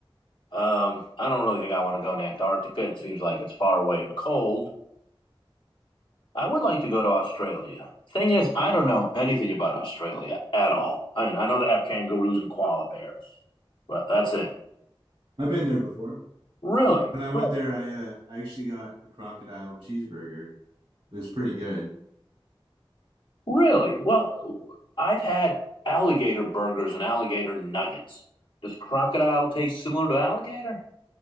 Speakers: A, on the left (about 60°); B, on the right (about 55°).
A: Um, I don't really think I want to go in Antarctica. It seems like it's far away and cold. I would like to go to Australia. Thing is, I don't know anything about Australia at all. I mean, I know they have kangaroos and koala bears, but that's it.
B: I've been there before.
A: Really?
B: When I went
A: Re-
B: there, I uh, I actually got a crocodile cheeseburger. It was pretty good.
A: Really? Well, I've had alligator burgers and alligator nuggets. Does crocodile taste similar to alligator?